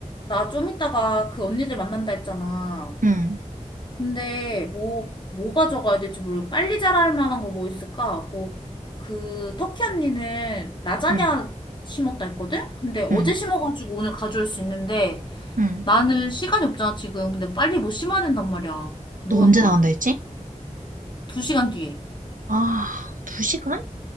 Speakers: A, on the left (about 35°); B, on the right (about 80°).
A: 나 좀 이따가 그 언니들 만난다 했잖아.
B: 응,
A: 근데 뭐, 뭐 가져가야 될지 모르고 빨리 자랄 만한 거 뭐 있을까? 뭐, 그 터키 언니는 라자냐
B: 응,
A: 심었다 했거든? 근데 어제
B: 응,
A: 심어가지고 오늘 가져올 수 있는데
B: 응.
A: 나는 시간이 없잖아, 지금. 근데 빨리 뭐 심어야 된단 말이야. 뭐
B: 너 언제
A: 할까?
B: 나간다 했지?
A: 두 시간 뒤에.
B: 아, 두 시간?